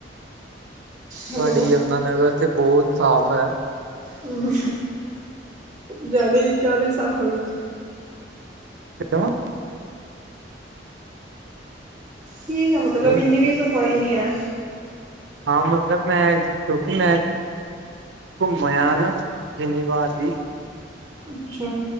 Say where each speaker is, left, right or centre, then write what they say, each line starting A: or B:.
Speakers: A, on the right (about 20°); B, on the right (about 75°).
A: ਹੈਲੋ
B: ਤੁਹਾਡੇ ਯਮੁਨਾਾਨਗਰ ਤੇ ਬਹੁਤ ਸਾਫ਼ ਹੈ।
A: ਹਮ ਜਿਆਦਾ ਜ਼ਿਆਦਾ ਸਾਹ ਵਿਚ
B: ਹੇਲੋ
A: ਠੀਕ ਹੈ ਮਤਲਬ
B: ਨਹੀਂ
A: ਇੰਨੀ ਵੀ ਸਫਾਈ ਨਹੀਂ ਹੈ।
B: ਹਾਂ ਮਤਲਬ ਮੈਂ ਕਿਉਂਕਿ ਮੈਂ ਘੁੰਮਿਆ ਨਾ ਜਿੰਨੀ ਵਾਰ ਵੀ
A: ਅੱਛਾ